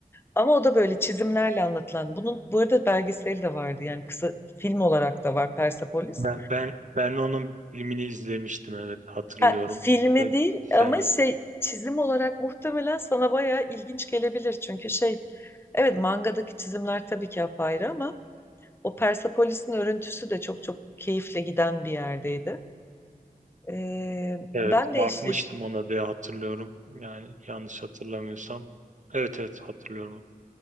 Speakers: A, on the left; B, on the right.
A: Ama o da böyle çizimlerle anlatılan. Bunun bu arada belgeseli de vardı. Yani kısa film olarak da var Persepolis.
B: Ben ben ben onun filmini izlemiştim evet hatırlıyorum.
A: Ha, filmi
B: O da
A: değil
B: fena.
A: ama şey çizim olarak muhtemelen sana bayağı ilginç gelebilir. Çünkü şey evet mangadaki çizimler tabii ki apayrı ama o Persepolis'in örüntüsü de çok çok keyifle giden bir yerdeydi. Ee,
B: Evet
A: ben
B: bakmıştım
A: de işte
B: ona diye hatırlıyorum. Yani yanlış hatırlamıyorsam. Evet evet hatırlıyorum.